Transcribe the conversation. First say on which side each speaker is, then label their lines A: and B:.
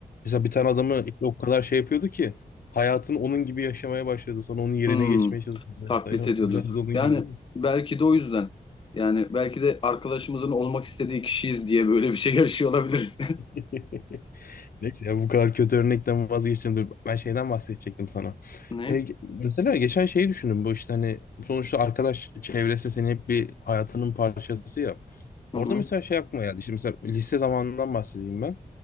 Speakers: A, on the left (about 65°); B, on the left (about 30°).
A: Mesela bir tane adamı işte o kadar şey yapıyordu ki hayatını onun gibi yaşamaya başladı. Sonra onun yerine
B: Hmm,
A: geçmeye çalışıyordu.
B: taklit
A: Aynen,
B: ediyordu.
A: Biraz da onun
B: Yani
A: gibi değil
B: belki de o yüzden. Yani belki de arkadaşımızın olmak istediği kişiyiz diye böyle bir şey yaşıyor olabiliriz. <laughs>
A: mi? <laughs> Neyse ya bu kadar kötü örnekten vazgeçtim. Dur, ben şeyden bahsedecektim sana.
B: Ne?
A: E, ge- mesela geçen şeyi düşündüm. Bu işte hani sonuçta arkadaş çevresi senin hep bir hayatının parçası ya. Orada
B: Hı hı,
A: mesela şey aklıma geldi. Şimdi mesela lise zamanından bahsedeyim ben.